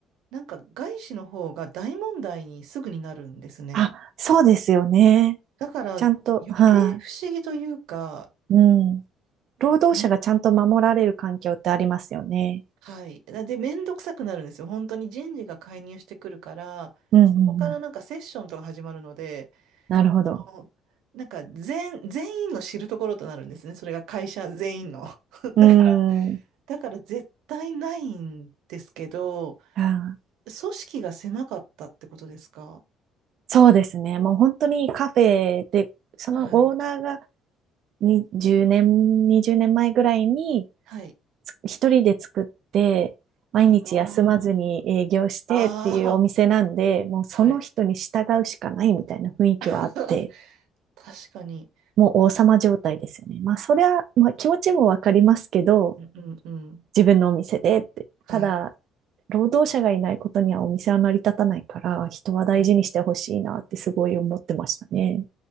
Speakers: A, on the right (about 80°); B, on the right (about 50°).
A: なんか外資の方が大問題にすぐになるんですね。
B: あ、そうですよね。
A: だから余
B: ちゃんと、は
A: 計不思議というか、
B: い。うん。労働者がちゃんと守られる環境ってありますよね。
A: んはい。で、めんどくさくなるんですよ。本当に人事が介入してくるから、
B: うん、
A: そこからなんかセッションとか始まるので、
B: うん、うん。なるほど。
A: あのなんか全、全員の知るところとなるんですね。それが会社全員の。<laughs>
B: うー
A: だ
B: ん。
A: だから絶対ないんですけど、
B: あー
A: 組織が狭かったってことですか
B: そうですね。もう本当にカフェで、そのオーナーが
A: はい。
B: 20年、20年前ぐらいに、
A: はい。
B: 一人で作って、毎日休まずに営業してっていうお店なんで、
A: ああ。ああ。
B: もうその人に従うしかないみたいな雰囲気はあって、
A: はい。<laughs> 確かに。
B: もう王様状態ですよね。まあ、それはまあ、気持ちもわかりますけど、
A: うんうんうん。
B: 自分のお店でって。
A: はい。
B: ただ、労働者がいないことにはお店は成り立たないから、人は大事にしてほしいなってすごい思ってましたね。
A: はい。